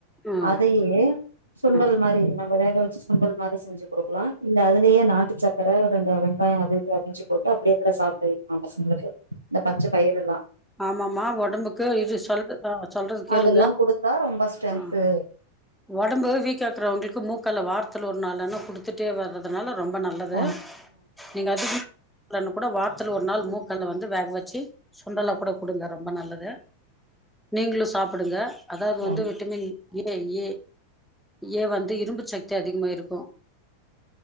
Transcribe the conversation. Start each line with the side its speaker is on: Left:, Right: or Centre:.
Centre: ம்
Right: அதையே சுண்டல்
Centre: ம்
Right: மாரி நம்ம வேக வச்சு சுண்டல் மாரி செஞ்ச சு கொடுக்கலா இல்ல அதுலேயே நாட்டு சக்கர ரெண்டு வெங்காய அது அறிஞ்சு போட்டு அப்டியே கூட சாப்டவெக்கலா பசங்களுக்கு இந்த பச்ச பயிர எல்லா
Centre: ஆமாமமா உடம்புக்கு இது சொல் சொல்றது கேளுங்க
Right: அதெல்லா குடுத்தா ரொம்ப ஸ்ட்ரென்த்து
Centre: ஆ ஒடம்பு வீக்காகுறவங்களுக்கு மூக்கல்ல வார்த்தல ஒரு நாள் நா குடுத்துட்டே வர்றதுனால ரொம்ப நல்ல நல்லது
Right: ஆ
Centre: நீங்க அதிகமா குடுகலனா கூட வார்த்தல ஒரு நாள் மூக்கல்ல வந்து வேக வச்சு சுண்டல கூட குடுங்க ரொம்ப நல்லது நீங்களு சாப்டுங்க அதாது
Right: சரி
Centre: வந்து விட்டமின் ஏ ஏ ஏ வந்து இரும்பு சக்தி அதிகமா இருக்கு